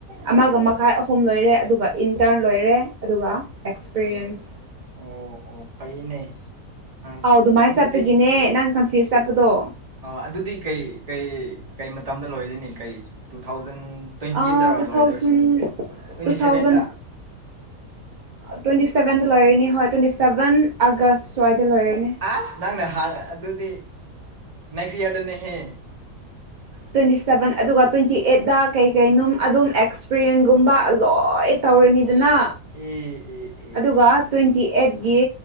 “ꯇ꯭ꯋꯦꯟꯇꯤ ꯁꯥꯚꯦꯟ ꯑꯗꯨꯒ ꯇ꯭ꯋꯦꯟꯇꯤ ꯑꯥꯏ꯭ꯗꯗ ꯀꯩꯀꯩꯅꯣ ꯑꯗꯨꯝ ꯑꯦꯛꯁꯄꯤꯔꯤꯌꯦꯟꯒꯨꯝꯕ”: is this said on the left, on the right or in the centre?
Right